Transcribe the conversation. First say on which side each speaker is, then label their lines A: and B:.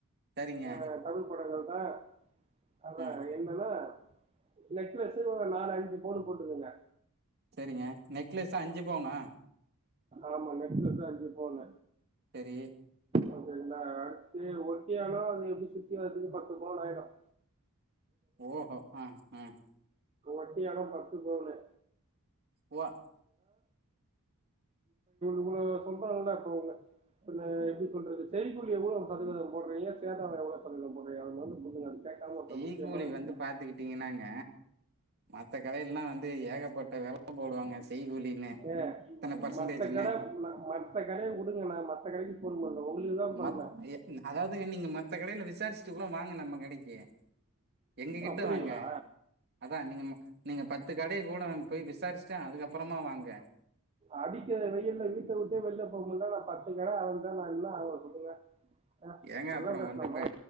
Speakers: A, on the right; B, on the right.
A: சரிங்க
B: அஹ் தமிழ் படங்கள் தான் அதான்
A: ம்
B: என்னன்னா நெக்லஸ் ஒரு நாலு அஞ்சு பவுன் போட்டுக்கோங்க
A: செரிங்க நெக்லெஷு அஞ்சு பவுனா
B: ஆமா நெக்லஸ் அஞ்சு பவுன்
A: செரி
B: ஓகேங்களா அடுத்து ஒட்டியானம் அது எப்படி சுத்தி வர்றதுக்கு பத்து பவுன் ஆயிடும்
A: ஓஹோ ஆஹ் ஆஹ்
B: ஒட்டியாணம் பர்ஸ்ட் பவுனு
A: உவா
B: இவ்ளோ சொல்றாங்கல்ல இப்ப அவங்க பின்ன எப்டி சொல்றது செய்கூலி எவ்ளோ சதவீதம் போடுறீங்க சேதாரம் எவ்ளோ சதவீதம் போடுறீங்க அது வந்து சொல்லுங்க அது கேட்காம ஒரு
A: செய்
B: முக்கியமான
A: கூலி
B: விஷயோ
A: வந்து பாத்துக்கிட்டினாங்க மத்த கடயல்லா வந்து ஏகப்பட்ட வெல போடுவாங்க செய் கூலினு
B: ஏ
A: இத்தன பர்சன்டேஜ்னு
B: மத்த கட மத்த கடைய வுடுங்க நா <unintelligible>
A: மத்
B: பண்ண
A: எ அதாவது நீங்க மத்த கடில விசாரச்சு ல்லா வாங்க நம்ம கடக் எ எங்ககிட்ட
B: அப்டிங்களா
A: வாங்க அதா நீங்க நீங்க பத்து கடய கூட போய் விசாரிச்சுட்ட அதுக்கப்பறமா வாங்க
B: அடிக்கற வெயில வீட்ட வுட்டே வெளில போக முட்ல நா பத்து கட அழஞ்சா நா என்ன ஆவ சொல்லுங்க ஆ
A: ஏங்க
B: இப்டில்லா
A: அப்றோ
B: பேசலாமா
A: வந்து இப்ப